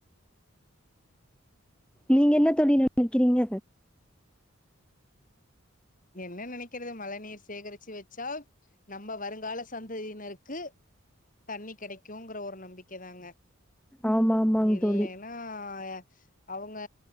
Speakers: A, in the centre; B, on the left.
A: நீங்க என்ன தோழி நெனைக்கிறீங்க
B: என்ன நெனைக்கிறது மழ நீர் சேகரிச்சு வச்சா நம்ப வருங்கால சந்ததியினருக்கு தண்ணி கெடைக் குங்கிற ஒரு நம்பிக்க தாங்க
A: ஆமா ஆமாங்
B: இல்லேனா
A: தோழி
B: ஆனா எ அவுங்க